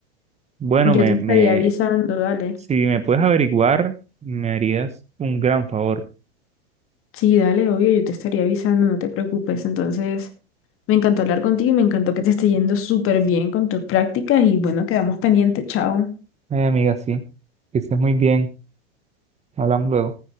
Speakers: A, on the right; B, on the left.
A: bueno,
B: Yo
A: me,
B: te estaría
A: me
B: avisando, dale.
A: Si me puedes averiguar, me harías un gran favor.
B: Sí, dale, obvio, yo te estaría avisando, no te preocupes. Entonces, me encantó hablar contigo y me encantó que te esté yendo súper bien con tus prácticas y bueno, quedamos pendientes, chao.
A: Ay, amiga, sí. Que estés muy bien. Hablamos luego.